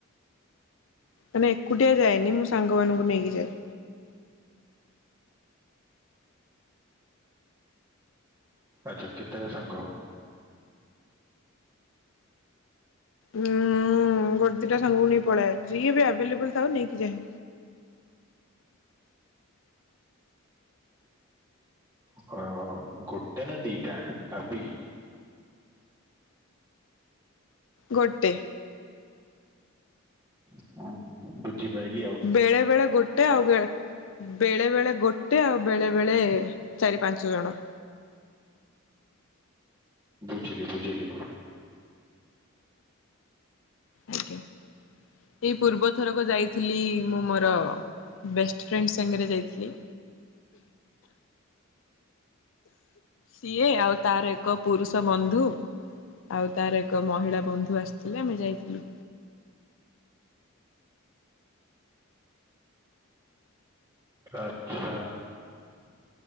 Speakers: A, on the left; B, on the right.
A: ମାନେ ଏକୁଟିଆ ଯାଏନି ମୁଁ ସାଙ୍ଗମାନଙ୍କୁ ନେଇକି ଯାଏ।
B: ଆଚ୍ଛା କେତେଟା ସାଙ୍ଗ?
A: ଉଁ ଗୋଟେ ଦିଇଟା ସାଙ୍ଗକୁ ନେଇ ପଳାଏ ଯିଏ ବି ଆଭେଲେବୁଲ୍ ଥାଏ ନେଇକି ଯାଏହା
B: ହଁ ହଁ ଗୋ ଟେ ନା ଦିଟା ଭାବିକି?
A: ଗୋଟେ।
B: <unintelligible> ବୁଝିପାଇଲି ଆଉ।
A: ବେଳେ ବେଳେ ଗୋଟେ ଆଉ ବେ ବେଳେ ବେଳେ ଗୋଟେ ଆଉ ବେଳେ ବେଳେ ଚାରି ପାଞ୍ଚ ଜଣ।
B: ଝିଲି ବୁଝିଲି।
A: ଆଜ୍ଞା। ଏଇ ପୂର୍ବଥରକ ଯାଇଥିଲି ମୁଁ ମର ବେଷ୍ଟ ଫ୍ରେଣ୍ଡ ସାଙ୍ଗରେ ଯାଇଥିଲି। ସିଏ ଆଉ ତାର ଏକ ପୁରୁଷ ବନ୍ଧୁ। ଆଉ ତାର ଏକ ମହିଳା ବନ୍ଧୁ ଆସିଥିଲେ ଆମେ ଯାଇଥିଲୁ।
B: ଆଚ୍ଛା